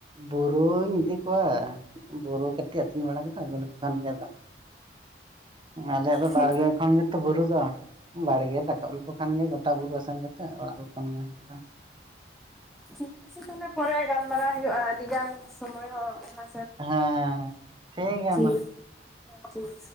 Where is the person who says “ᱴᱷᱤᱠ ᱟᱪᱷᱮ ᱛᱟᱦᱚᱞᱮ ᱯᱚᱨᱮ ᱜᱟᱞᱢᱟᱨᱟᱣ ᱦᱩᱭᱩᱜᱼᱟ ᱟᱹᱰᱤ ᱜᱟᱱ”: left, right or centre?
Centre